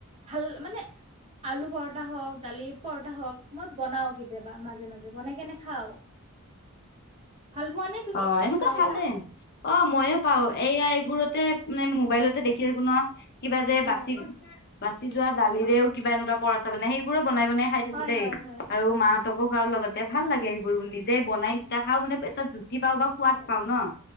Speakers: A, on the right (about 25°); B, on the left (about 45°).
A: ভাল মানে। আলু পৰঠা হওঁক দালি পৰঠা হওঁক মই বনাও কেতিয়াবা। মাজে মাজে বনাই কেনে খাওঁ। ভাল পোৱা নে? তুমি
B: অ এনেকুৱা
A: পৰঠা?
B: ভাল দে অ ময়ো পাওঁ এইয়া এইবোৰতে মানে মোবাইলতে দেখি থাকোঁ ন। কিবা যে
A: অ
B: বাছি - বাছি যোৱা দালিৰেও কিবা এনেকুৱা পৰঠা বনে সেইবোৰো বনাই - বনাই খাই। থাকো
A: হয়
B: দেই
A: হয় হয়
B: আৰু মাহতকো খাও লগতে ভাল লাগে সেইবোৰ নিজে বনাই যেতিয়া খাও মানে এটা পেটত কি পাও বা সোৱাদ পাও ন